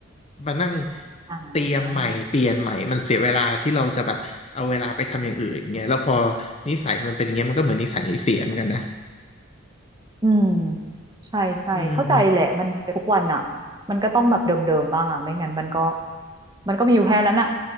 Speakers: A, on the left; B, on the right.
A: มานั่ง
B: อ่
A: เตรียมใหม่เปลี่ยนใหม่มันเสียเวลาที่เราจะแบบเอาเวลาไปทำอย่างอื่นเงี้ยแล้วพอ
B: า
A: นิสัยมันเป็นอย่างเงี้ยมันก็เหมือนนิสัยเสียเหมือนกันนะ
B: อืมใช่ใช่เข้าใจแหละมันทุกวันอ่ะ
A: อืม
B: มันก็ต้องแบบเดิมๆบ้างอ่ะไม่งั้นมันก็มันก็มีอยู่แค่นั้นอ่ะ